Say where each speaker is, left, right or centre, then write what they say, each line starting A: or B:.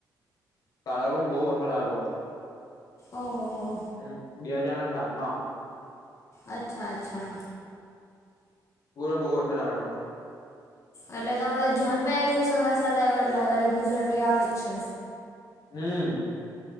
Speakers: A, on the left; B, on the left.
A: કાલે પણ બઉ વરસાદ આયો તો.
B: ઓહો હો.
A: હમ્મ, બે હજારને સાતમાં.
B: અચ્છા અચ્છા.
A: પૂરો બહુ વરસાદ આયો તો.
B: એટલે તમારે જન્મે એ દિવસે વરસાદ આય્વો એટલે હવે રેગ્યુલરલી આવે જ છે.
A: હમ્મ.